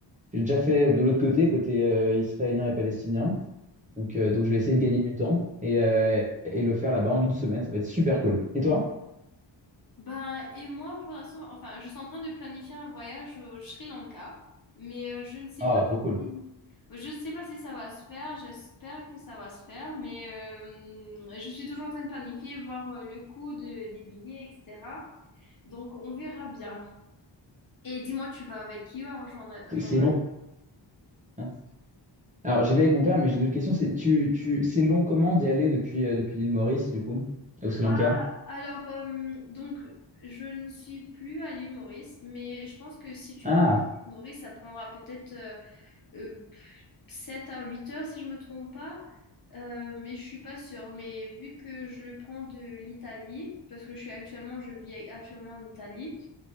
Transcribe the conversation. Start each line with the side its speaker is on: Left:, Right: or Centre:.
Right: j'ai déjà fait de l'autre côté, côté euh, israélien et palestinien. Donc, euh, donc je vais essayer de gagner du temps et, euh, et le faire là-bas en une semaine. Ça va être super cool. Et toi?
Left: Ben, et moi, pour l'instant, enfin, je suis en train de planifier un voyage au Sri Lanka, mais euh, je ne sais
Right: Ah,
Left: pas
Right: trop cool.
Left: si, je ne sais pas si ça va se faire. J'espère que ça va se faire, mais euh, je suis toujours en train de planifier, voir euh, le coût de- des billets, etc. Donc, on verra bien. Et dis-moi, tu vas avec qui en Jordan?
Right: C'est
Left: Jordan
Right: c'est long. hein. Alors, j'y vais avec mon père, mais j'ai une autre question. C'est tu, tu, c'est long comment d'y aller depuis, euh, depuis l'île Maurice, du coup, au Sri
Left: Ah,
Right: Lanka?
Left: alors, euh, donc, je ne suis plus à l'île Maurice, mais je pense que si tu
Right: Ah,
Left: prends l'île Maurice, ça prendra peut-être. euh, euh, 7 à huit heures si je me trompe pas, Euh, mais je suis pas sûre. Mais vu que je le prends de l'Italie, parce que je suis actuellement, je vis actuellement en Italie,